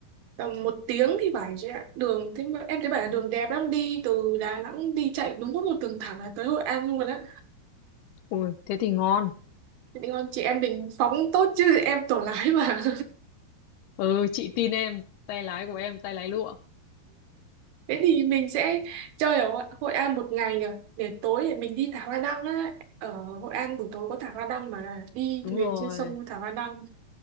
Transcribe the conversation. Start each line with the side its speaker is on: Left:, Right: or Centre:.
Right: Tầm một tiếng thì phải chị ạ. Đường thế mà em thấy bảo là đường đẹp lắm đi từ Đà Nẵng đi chạy đúng có một đường thẳng là tới Hội An luôn á.
Left: ui thế thì ngon
Right: Chị định con chị em mình phóng tốt chứ em tổ lái mà.
Left: ừ chị tin em tay lái của em tay lái lụa
Right: Thế thì mình sẽ chơi ở Hội Hội An một ngày nhỉ để tối thì mình đi thả hoa đăng á ở Hội An buổi tối có thả hoa đăng mà đi
Left: đúng
Right: thuyền
Left: rồi
Right: trên sông thả hoa đăng